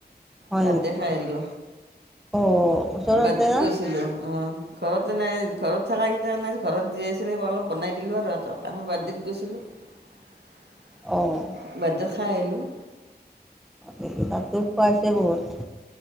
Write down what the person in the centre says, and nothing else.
হয়
নেকি?
অ', ওচৰতে
না?
অ'।
কি তাত গৈ খোৱাটোৱে বহুত